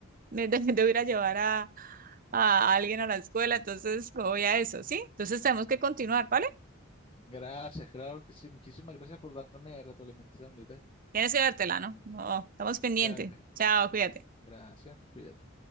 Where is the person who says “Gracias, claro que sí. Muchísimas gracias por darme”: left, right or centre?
Left